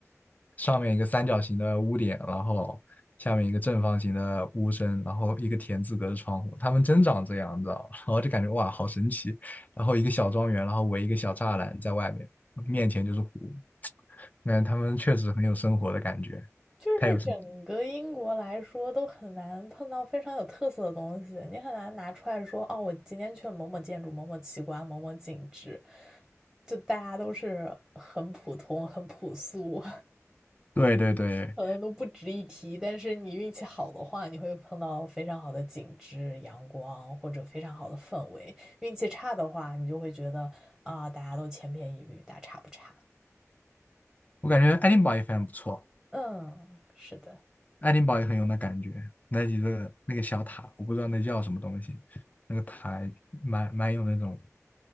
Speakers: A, on the left; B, in the centre.
A: 上面一个三角形的屋顶，然后下面一个正方形的屋身，然后一个田字格的窗户，他们真长这样，你知道吗？<laughs> 然后就感觉哇，好神奇。然后一个小庄园，然后围一个小栅栏在外面，面前就是湖。那他们确实很有生活的感觉，
B: 就是整个英国来说，
A: 太有生。
B: 都很难碰到非常有特色的东西，你很难拿出来说，哦，我今天去了某某建筑、某某奇观、某某景致，就大家都是很普通、很朴素，
A: 对对对，
B: 可能都不值一提。但是你运气好的话，你会碰到非常好的景致、阳光或者非常好的氛围；运气差的话，你就会觉得啊，大家都千篇一律，大差不差。
A: 我感觉爱丁堡也非常不错，
B: 嗯，是的，
A: 爱丁堡也很有那感觉。那几个那个小塔，我不知道那叫什么东西，那个塔蛮蛮有那种，